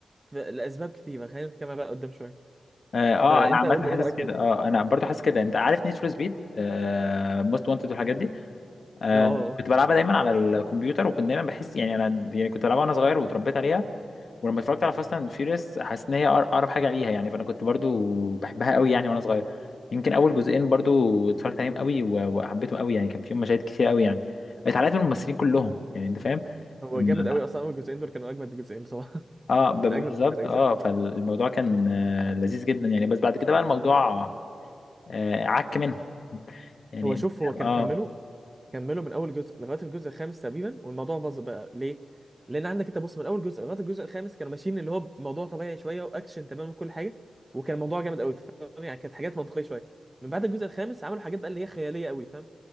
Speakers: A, on the right; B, on the left.
A: ف- لاسباب كتيره خلينا نتكلم بقى قدام شويه
B: اه آه،
A: فانت
B: انا عامه
A: قول لي
B: حاسس
A: ايه رايك
B: كده
A: اه
B: اه انا برضو حاسس كده انت عارف نيد فور سبيد موست وانتد والحاجات دي آه،
A: اه آه.
B: كنت بلعبها دايما على الكمبيوتر وكنت دايما بحس يعني انا يعني كنت بلعبها وانا صغير واتربيت عليها ولما اتفرجت على فاست اند فيوريوس حاسس ان هي أقر- اقرب حاجه ليها يعني فانا كنت برضو بحبها قوي يعني وانا صغير يمكن اول جزئين برضو اتفرجت عليهم قوي و- وحبيتهم قوي يعني كان فيهم مشاهد كتير قوي يعني اتعلقت بالممثلين كلهم يعني انت فاهم
A: هو
B: لما
A: جامد قوي اصلا اول جزئين دول كانوا اجمد جزئين بصراحه
B: اه
A: <laughs>
B: ب-
A: من
B: ب-
A: اجمد
B: بالظبط
A: الاجزاء
B: اه فالموضوع كان آه، لذيذ جدا يعني بس بعد كده بقى الموضوع آه، عك منهم يعني
A: هو شوف هو كان
B: اه
A: كمله كملوا من اول جزء لغايه الجزء الخامس تقريبا والموضوع باظ بقى ليه لان عندك انت بص من اول جزء لغايه الجزء الخامس كانوا ماشيين اللي هو بموضوع طبيعي شويه واكشن تمام وكل حاجه وكان الموضوع جامد قوي فاهم يعني كانت حاجات منطقيه شويه من بعد الجزء الخامس عملوا حاجات بقى اللي هي خياليه قوي فاهم